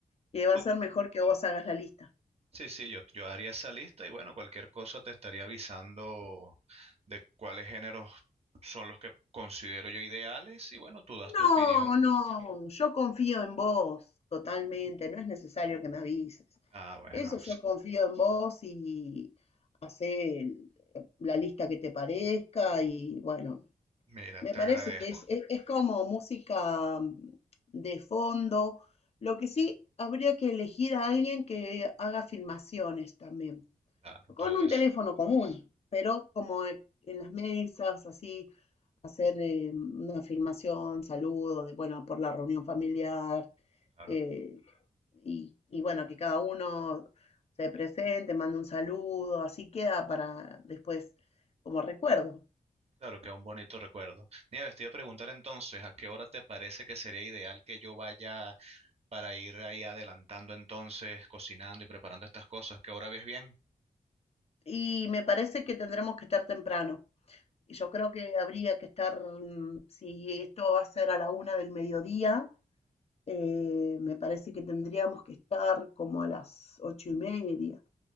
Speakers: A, on the left; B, on the right.
A: que va
B: u-
A: a ser mejor que vos hagas la lista.
B: sí, sí, yo, yo haría esa lista y bueno, cualquier cosa te estaría avisando de cuáles géneros son los que considero yo ideales y bueno, tú das tu
A: No,
B: opinión.
A: no, yo confío en vos totalmente, no es necesario que me avises.
B: Ah, bueno.
A: Eso yo confío en vos y hacé el- la lista que te parezca y bueno,
B: Mira,
A: Me
B: te
A: parece
B: agradezco.
A: que es, es, es como música mm, de fondo. Lo que sí habría que elegir a alguien que haga filmaciones también,
B: Claro,
A: con
B: todo
A: un
B: eso.
A: teléfono común, pero como e- en las mesas, así, hacer eh, una filmación, saludo de, bueno, por la reunión familiar,
B: Claro,
A: eh, y, y bueno, que cada uno se presente, mande un saludo, así queda para después como recuerdo.
B: claro, que un bonito recuerdo. Nieves, te iba a preguntar entonces, ¿a qué hora te parece que sería ideal que yo vaya para ir ahí adelantando entonces, cocinando y preparando estas cosas? ¿Qué hora ves bien?
A: Y me parece que tendremos que estar temprano. Y yo creo que habría que estar, mm, si esto va a ser a la una del mediodía, eh, me parece que tendríamos que estar como a las ocho y media.